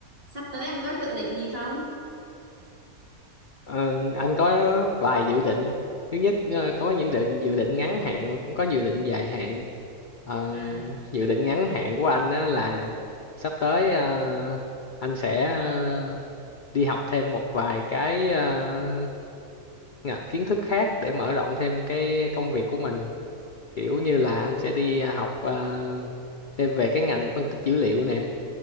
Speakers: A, on the right (about 35°); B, on the left (about 60°).
A: sắp tới anh có dự định gì không
B: Ờ, anh có vài dự định. Thứ nhất ờ, có những định dự định ngắn hạn cũng có dự định dài hạn. Ờ,
A: à
B: dự định ngắn hạn của anh á là sắp tới ờ, anh sẽ ờ, đi học thêm một vài cái ờ, ngạ- kiến thức khác để mở rộng thêm cái công việc của mình. Kiểu như là anh sẽ đi ờ, học ờ, thêm về cái ngành phân tích dữ liệu nè